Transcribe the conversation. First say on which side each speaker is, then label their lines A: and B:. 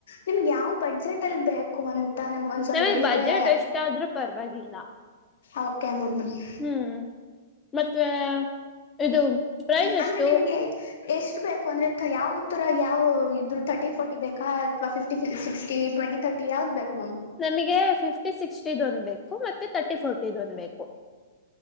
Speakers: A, on the left; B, on the left.
A: ನಿಮ್ಗೆ ಯಾವ್ ಬಡ್ಜೆಟ್ ಎಂತಲ್ ಬೇಕು ಅಂತ ನಮ್ಗೊಂದ್ಸರಿ
B: ನನಗ್
A: ಹೇಳಿದ್ರೆ
B: ಬಜೆಟ್ ಎಷ್ಟಾದ್ರೂ ಪರವಾಗಿಲ್ಲ
A: ಓಕೆ ನನ್ನಿ <inaudible>
B: ಹ್ಮ್ ಮತ್ತೆ ಇದು ಪ್ರೈಸ್
A: ಅಂದ್ರೆ
B: ಎಷ್ಟು
A: ನಿಮ್ಗೆ ಎಷ್ಟು ಬೇಕು ಅಂದರೆೆ ಯಾವ ಥರ ಯಾವ ಇದರು ತರ್ಟಿ ಫೋರ್ಟಿ ಬೇಕಾ ಅಥವಾ ಫಿಫ್ಟಿ ಸಿಕ್ಸ್ಟಿ ಟ್ವೆಂಟಿ ತರ್ಟಿ ಯಾವ್ದು ಬೇಕು
B: ನಮಗೆ ಫಿಫ್ಟಿ ಸಿಕ್ಸ್ಟಿದ್ಂದ್ ಬೇಕು ಮತ್ತೆ ತರ್ಟಿ ಫೋರ್ಟಿದ್ ಒಂದಬೇಕು